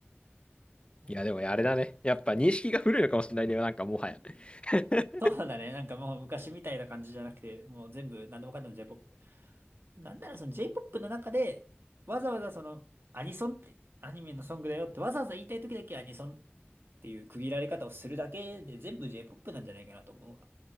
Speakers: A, on the right (about 65°); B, on the left (about 25°).
A: のそっ
B: いや、でもあれだね。やっぱ認識が古いのかもしれないね。なんかもはや。
A: か
B: <laughs>
A: そうだね。なんかもう昔みたいな感じじゃなくて、もう全部何でもかんでも J-POP。なんならその J-POP の中で、わざわざそのアニソンって、アニメのソングだよってわざわざ言いたい時だけアニソンっていう区切られ方をするだけで全部 J-POP なんじゃないかなと思うわ。